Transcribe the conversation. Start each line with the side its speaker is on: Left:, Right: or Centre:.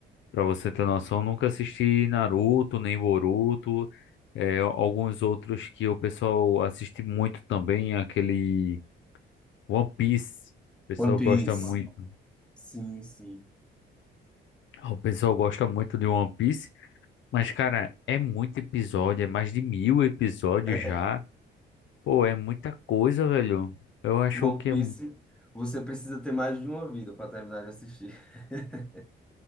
Left: Pra você ter noção, nunca assisti Naruto, nem Boruto, é, alguns outros que o pessoal assiste muito também, aquele One Piece. O pessoal
Centre: One Piece.
Left: gosta muito.
Centre: Sim, sim.
Left: O pessoal gosta muito de One Piece, mas, cara, é muito episódio, é mais de mil episódios
Centre: É.
Left: já. Pô, é muita coisa, velho. Eu acho
Centre: One
Left: que
Centre: Piece,
Left: é,
Centre: você precisa ter mais de uma vida pra terminar de assistir. <laughs>